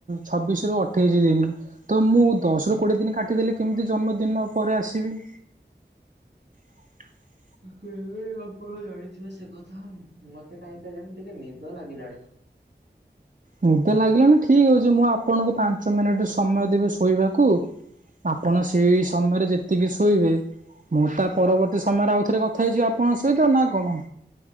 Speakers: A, on the right (about 50°); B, on the right (about 65°).
A: ଛବିଶ୍ ରୁ ଅ ଠେଇସି ଦିନ୍, ତ ମୁଁ ଦଶ ରୁ କୋଡିଏ ଦିନି କାଟିଦେଲେ କେମିତି ଜନ୍ମଦିନ ପରେ ଆସିବି? <unintelligible>
B: କେଜାଣି ଆପଣ ଜାଣିଥିବେ ସେକଥା, ମତେ କାହିଁକି କେଜାଣି ଟିକେ ନିଦ ଲାଗିଲାଣି।
A: ନିଦ ଲାଗିଲାଣିି ଠିକ୍ ହଉଚି ମୁଁ ଆପଣଙ୍କୁ ପାଞ୍ଚ ମିନିଟ୍ ସମୟ ଦେବି ଶୋଇବାକୁ। ଆପଣ ସେଇ ସମୟରେ ଯେତିକି ଶୋଇବେ ମୁଁ ତା ପରବର୍ତ୍ତୀ ସମୟରେ ଆଉଥରେ କଥା ହେଇଯିବି ଆପଣଙ୍କ ସହିତ ନା କଣ?